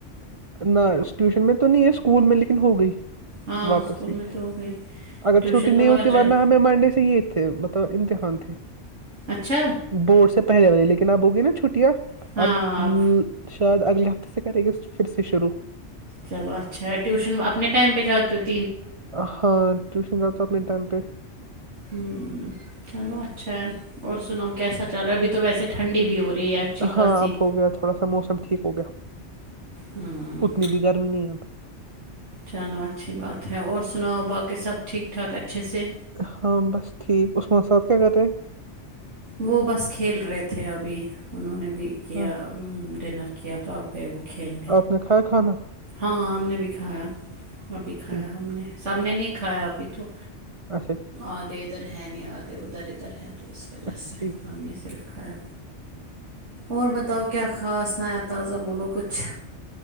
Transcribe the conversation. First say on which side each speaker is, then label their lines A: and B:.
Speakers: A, on the right; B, on the right.
A: نہ ٹیوشن میں تو نہیں ہے اسکول میں لیکن ہو گئی
B: ہاں
A: واپس
B: اسکول
A: ہی
B: میں تو ہو گئی
A: اگر
B: ٹیوشن
A: چھٹی نہیں
B: تو مگر
A: ہوتی
B: جان
A: ورنہ ہمیں منڈے سے یہ تھے مطلب امتحان تھے
B: اچھا
A: بورڈ سے پہلے والی لیکن اب ہوگی نا چھٹیاں
B: ہاں
A: اب
B: آپ
A: شاید اگلے ہفتے سے کرے گی پھر سے شروع
B: چلو اچھا ہے ٹیوشن اپنے ٹائم پہ جاتے ہو ت
A: ہاں ٹیوشن جاتا ہو اپنے ٹائم پہ
B: ہمم چلو اچھا ہے اور سناو کیسا چل رہا ہے ابھی تو ویسے ٹھنڈی بھی ہو رہی ہے اچھی خاصی
A: ہاں اب ہو گیا تھوڑا سا موسم ٹھیک ہو گیا
B: ہاں
A: اتنی بھی گرمی نہیں ہے اب
B: چلو اچھی بات ہے اور سناؤ باقی سب ٹھیک ٹھاک اچھے سے
A: ہاں بس ٹھیک عسمہ استاد کیا کر رہے
B: وہ بس کھیل رہے تھے ابھی انہوں نے بھی کیا
A: ہاں
B: ہمم ڈنر کیا تو اب گئے وہ کھیل
A: اپ نے کھائے کھانا
B: ہاں ہم نے بھی کھایا ابھی کھایا
A: ٹھیک
B: ہم نے سب نے نہیں کھایا ابھی تو
A: اچھا ٹھیک
B: آدے ادھر ہے نہیں آدے ادھر ادھر ہے تو اس وجہ
A: اچھا
B: سے
A: ٹھیک
B: ہم نے صرف کھایا اور بتاؤ کیا خاص نیا تازہ بولو کچھ